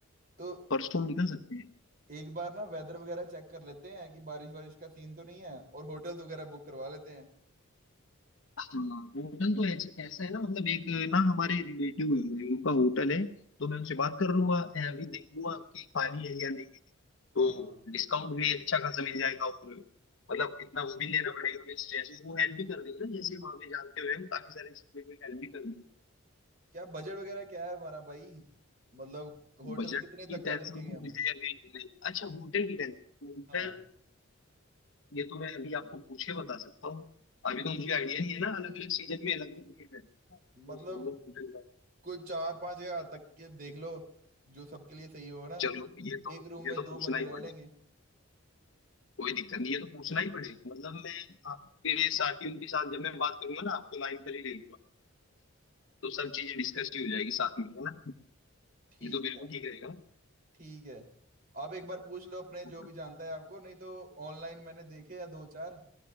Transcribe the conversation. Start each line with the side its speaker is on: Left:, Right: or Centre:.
Right: तो
Left: परसों हम निकल सकते हैं
Right: एक बार ना वेदर वगैरह चेक कर लेते हैं कि बारिश वारिश का सीन तो नहीं है और होटल्स वगैरह बुक करवा लेते हैं
Left: हाँ होटल तो ऐस- ऐसा है ना मतलब एक ना हमारे रिलेटिव है वही, उनका होटल है तो मैं उनसे बात कर लूंगा अ, अभी देख लूंगा कि खाली है या नहीं है तो
Right: हाँ
Left: डिस्काउंट भी अच्छा खासा मिल जाएगा और मतलब इतना वो भी लेना पड़ेगा हमें स्ट्रेस वो हेल्प भी कर देंगे ना जैसे वहां पे जानते हुए हम काफी सारे चीजों में हेल्प भी कर देंगे
Right: क्या बजट वगैरह क्या है हमारा भाई मतलब होटल
Left: बजट
Right: कितने
Left: की
Right: तक
Left: टेंशन
Right: का देखेंगे
Left: तो
Right: हम
Left: मुझे अभी नहीं- अच्छा होटल की टेंशन होटल
Right: हाँ
Left: ये तो मैं अभी आपको पूछ के बता सकता हूँ अभी तो मुझे आइडिया नहीं है ना अलग अलग सीजन में अलग अलग रेट रहते हैं तो
Right: मतलब
Left: मतलब होटल का
Right: कोई चार पांच हजार तक के देख लो जो सबके लिए सही हो ना
Left: चलो ये
Right: एक
Left: तो
Right: रूम
Left: ये
Right: में
Left: तो
Right: दो
Left: पूछना
Right: बंदे
Left: ही
Right: रह
Left: पड़ेगा
Right: लेंगे
Left: कोई दिक्कत नहीं ये तो पूछना ही पड़ेगा मतलब मैं आपके साथियों के साथ जब मैं बात करूंगा ना आपको लाइन पर ही ले लूंगा तो सब चीजें डिस्कस ही हो जाएगी साथ में है ना
Right: ठीक
Left: ये तो बिल्कुल
Right: है
Left: ठीक रहेगा
Right: ठीक है आप एक बार पूछ लो अपने
Left: ना
Right: जो भी जानता है आपको नहीं तो ऑनलाइन मैंने देखे या दो चार